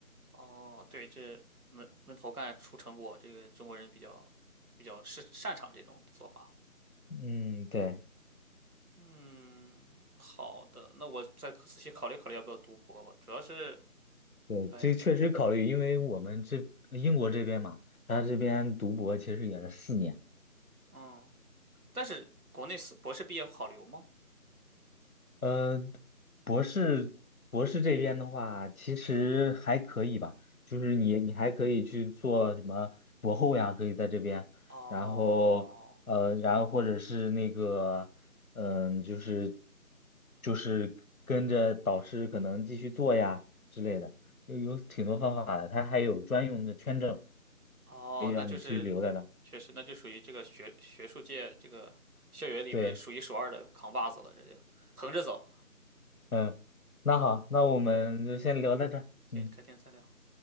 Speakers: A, on the right (about 75°); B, on the left (about 70°).
A: 哦，对，这闷闷头干出成果，这个中国人比较比较是擅长这种做法。
B: 嗯，对。
A: 嗯，好的，那我再仔细考虑考虑要不要读博吧。主要是
B: 对，
A: 哎，
B: 这确实考虑，因为我们这英国这边嘛，他这边读博其实也是四年，
A: 嗯，但是国内四博士毕业好留吗？
B: 呃，博士博士这边的话，其实还可以吧，就是你你还可以去做什么博后呀，可以在这边，
A: 哦，
B: 然后呃，然后或者是那个，嗯、就是就是跟着导师可能继续做呀之类的，有有挺多方法的，他还有专用的签证
A: 哦，
B: 可以让你去留在那。
A: 那就是确实，那就属于这个学学术界这个校园里面数一数二的扛把子了，
B: 对，
A: 这就横着走。
B: 嗯，那好，那我们就先聊到这儿嗯。
A: 行，改天再聊。